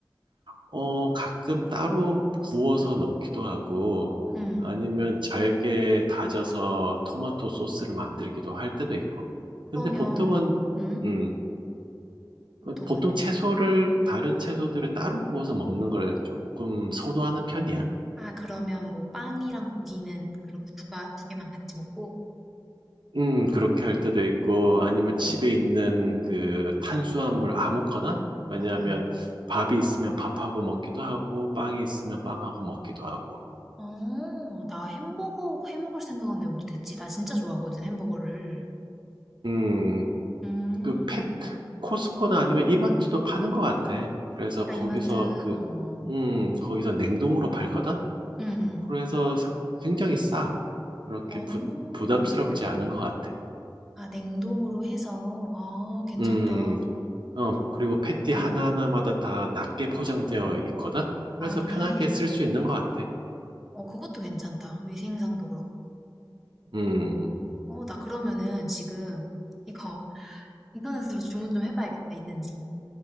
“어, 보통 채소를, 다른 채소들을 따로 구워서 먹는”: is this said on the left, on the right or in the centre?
Right